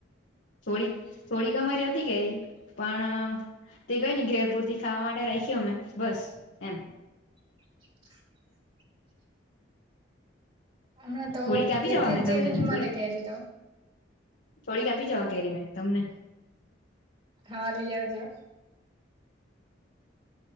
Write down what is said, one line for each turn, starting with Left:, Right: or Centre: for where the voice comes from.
Left: થોડીક થોડીક અમારી હતી ઘરી પણ તે કઈ ને ઘેર પૂરતી, ખાવા માટે રાખી અમે બસ એમ
Right: <unintelligible> હમણાં તો
Left: થોડીક આપી
Right: કેથે
Left: જવા મેં
Right: જ જેવી
Left: તમને
Right: ની
Left: થોડીક
Right: મળ કેરી તો,
Left: થોડીક આપી જવા કેરી મે તમને
Right: હા લીયા જો